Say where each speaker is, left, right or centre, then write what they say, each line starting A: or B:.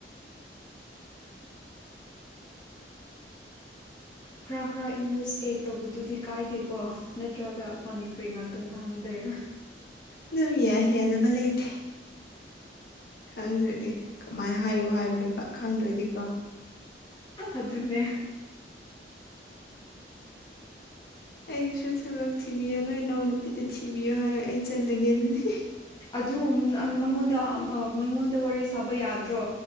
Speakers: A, on the left; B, on the left.
A: ꯈꯔ ꯈꯔ ꯏꯪꯂꯤꯁ ꯑꯦꯠ ꯇꯧꯕꯗꯨꯗꯤ ꯀꯥꯏꯗꯦꯀꯣ ꯅꯠꯇ꯭ꯔꯒ ꯃꯅꯤꯄꯨꯔꯤ ꯉꯥꯛꯇ ꯉꯥꯡꯗꯣꯏꯔꯥ
B: ꯑꯗꯨꯝ ꯌꯥ ꯌꯥꯗꯕ ꯂꯩꯇꯦ ꯈꯪꯗ꯭ꯔꯗꯤ ꯀꯃꯥꯏ ꯍꯥꯏꯌꯣ ꯍꯥꯏꯕꯅꯣꯕ ꯈꯪꯗ꯭ꯔꯥꯗꯤꯀꯣ
A: ꯑꯗꯨꯅꯦ
B: ꯑꯩꯒꯤꯁꯨ ꯊꯕꯛ ꯊꯤꯕꯤꯌꯣ ꯅꯣꯏ ꯅꯥꯎ ꯅꯨꯄꯤꯗ ꯊꯤꯕꯤꯌꯣ ꯍꯥꯏꯌꯣ ꯑꯩ ꯆꯜꯂꯒꯦ ꯑꯗꯨꯅꯤ
A: ꯑꯗꯨ <unintelligible> ꯃꯉꯣꯟꯗ ꯃꯉꯣꯟꯗ ꯋꯥꯔꯤ ꯁꯥꯕ ꯌꯥꯗ꯭ꯔꯣ